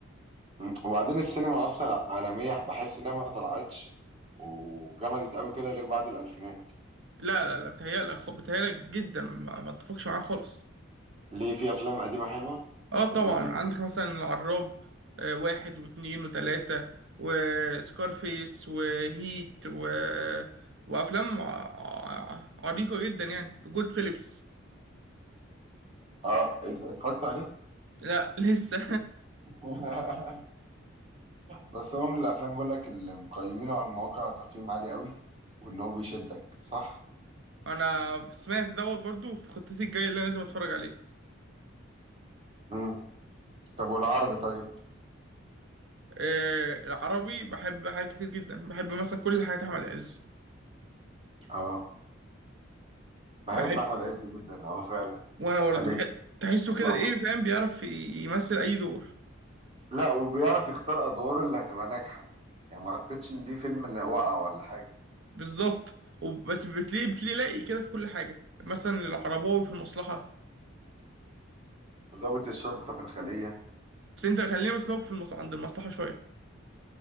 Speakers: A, on the right (about 30°); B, on the right (about 65°).
A: م. وبعدين السينما اصلا العالمية بحس انها ما طلعتش وجمدت قوي كده غير بعد الالفينات
B: لا لا لا بتهيألك خ- بتهيألك جدا ما ما اتفقش معاه خالص
A: ليه في افلام قديمة حلوة
B: اه
A: اجنبي
B: طبعا عندك مثلا العراب آه، واحد واتنين وتلاتة وسكارفيس وهيت و... وأفلام ع- عريقة جدا يعني جود فيليبس
A: اه اتفرجت عليه
B: لا لسه
A: <laughs> بس هو من الافلام بقول لك اللي مقيمينه على المواقع تقييم عالي قوي وان هو بيشدك صح
B: <laughs> أنا سمعت دوت برضو في خطتي الجاية اللي أنا لازم أتفرج عليه
A: امم طب والعربي طيب
B: آه، العربي بحب حاجات كتير جدا بحب مثلا كل حاجات أحمد عز
A: اه بحب
B: بحب
A: احمد عز جدا اه فعلا
B: وأنا
A: خلية
B: برضو بحب تحسه
A: مصلحة
B: كده إيه فاهم بيعرف يمثل أي دور
A: لا وبيعرف يختار ادواره اللي هتبقى ناجحة يعني ما اعتقدش ان ليه فيلم انه وقع ولا حاجة
B: بالظبط وب- بس بتلاقي بتلاقي لاقي كده في كل حاجه مثلا العرباوي في المصلحه
A: ضابط الشرطة في الخلية
B: بس انت خلينا بس نقف في المص... عند المصلحه شويه